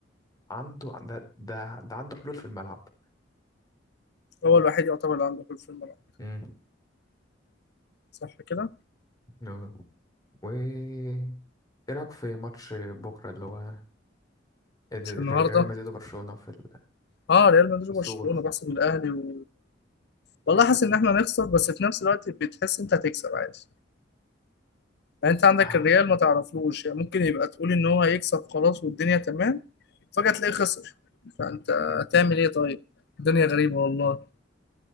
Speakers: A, on the left; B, on the left.
A: عنده ده ده, ده عنده حلول في الملعب
B: هو الوحيد يعتبر اللي عنده في الملعب
A: امم
B: صح كده
A: آه. و ايه رايك في ماتش بكره اللي هو ريال
B: مش النهارده
A: ريال مدريد وبرشلونه في ال-
B: اه ريال مدريد
A: في السوبر
B: وبرشلونه بحسب الاهلي و... والله حاسس ان احنا هنخسر بس في نفس الوقت بتحس انت هتكسب عادي يعني انت عندك
A: آه.
B: الريال ما تعرفلوش يعني ممكن يبقى تقول ان هو هيكسب خلاص والدنيا تمام فجأة تلاقيه خسر فانت هتعمل ايه طيب الدنيا غريبة والله